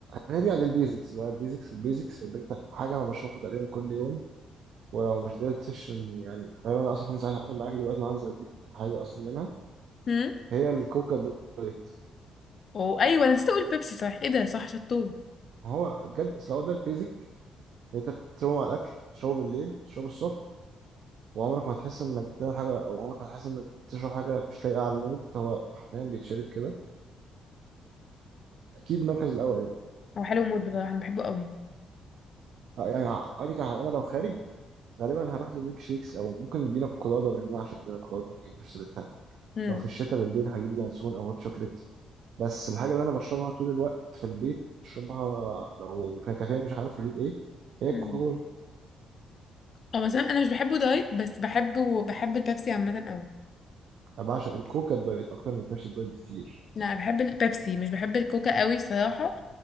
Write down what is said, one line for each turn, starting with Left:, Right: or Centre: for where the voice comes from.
Right: نرجع للبيزكس بقى البيزكس البيزكس اللي انت حاجة انا بشربها تقريبا كل يوم ولو مش قدرتش إن- يعني غالبا انا اصلا هنزل هقفل معاك دلوقتي وهنزل اجيب حاجة اصلا منها
Left: هم
Right: هي الكوكا دايت
Left: وايوه انا نسيت اقول بيبسي صح ايه ده صح شطور
Right: ما هو بجد اصل هو ده البيزك اللي انت بتشربه مع الاكل تشربه بالليل تشربه الصبح وعمرك ما هتحس انك بتعمل حاجة او عمرك ما هتحس انك بتشرب حاجة مش لايقة على المود هو حرفيا بيتشرب كده فأكيد المركز الأول يعني.
Left: هو حلو موت بصراحة أنا بحبه قوي
Right: آه، يعني هقول لك على حاجة، انا لو خارج غالبا هروح للميك شيكس او ممكن البينا كولادا لان انا بعشق البينا كولادا ما جبناش سيرتها
Left: امم
Right: لو في الشتاء بالليل هجيب ينسون او هوت شوكليت بس الحاجه اللي انا بشربها طول الوقت في البيت بشربها لو في كافيه مش عارف اجيب ايه هي الكوكا
Left: امم
Right: كولا
Left: اه مثلا أنا أنا مش بحبه دايت بس بحبه بحب البيبسي عامة قوي
Right: انا بعشق الكوكا الدايت اكتر من بيبسي الدايت بكتير
Left: لا بحب البيبسي مش بحب الكوكا قوي صراحة